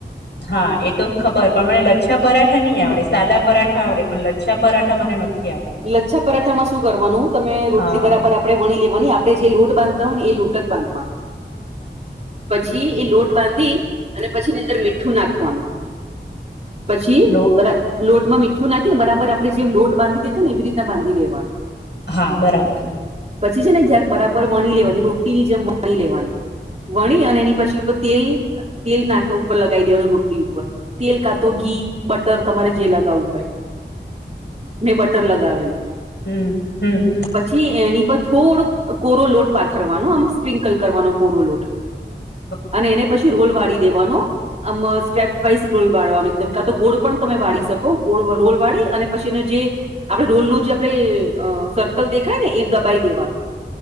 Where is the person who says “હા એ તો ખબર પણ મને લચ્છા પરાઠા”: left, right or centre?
Left